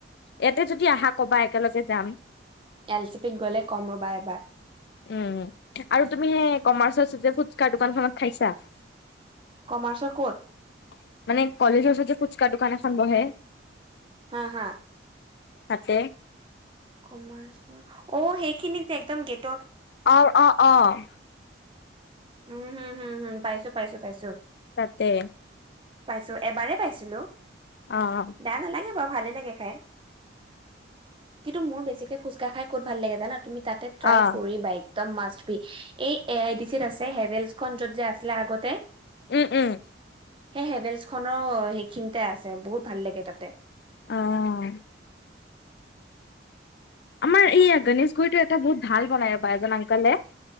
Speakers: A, on the left (about 60°); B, on the right (about 30°).
A: ইয়াতে যদি আহা কবা একেলগে যাম।
B: এল চি পিত গ'লে কম ৰবা এবাৰ।
A: উম, আৰু তুমি সেই কমাৰ্চত ফুচকাৰ দোকানখনত খাইছা। মানে
B: কমাৰ্চৰ ক'ত
A: কলেজৰ ওচৰত যে ফুচকা দোকান এখন বহে।
B: হা, হা।
A: তাতে
B: কমাৰ্চ অ' সেইখিনি যে একদম গেট
A: অ' অ' অ'।
B: উম, হুম হম হুম পাইছো, পাইছো, পাইছো।
A: তাতে
B: পাইছো, এবাৰ পাইছিলো
A: অ'।
B: বেয়া নালাগে বাৰু ভালে লাগে। কিন্তু মোৰ বেছিকে ফুচকা খাই ক'ত ভাল লাগে জানা তুমি। তাতে ট্ৰাই
A: অ',
B: কৰিবা, একদম মাষ্ট বি এই এ আইটি চিত আছে। হেভেলছ খন য'ত যে আছিলে আগতে।
A: উম, উম।
B: সেই হেভেলছ খনৰো সেইখিনিতে আছে বহুত ভাল লাগে তাতে।
A: আহ আমাৰ এই গণেশগুৰিটো এটা বহুত ভাল বনাই ৰ'বা এজন বাইগন আংকলে।